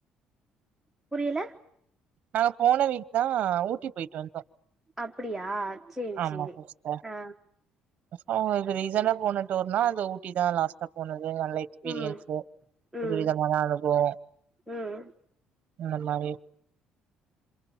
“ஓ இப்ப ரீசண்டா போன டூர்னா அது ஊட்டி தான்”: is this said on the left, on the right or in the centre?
Right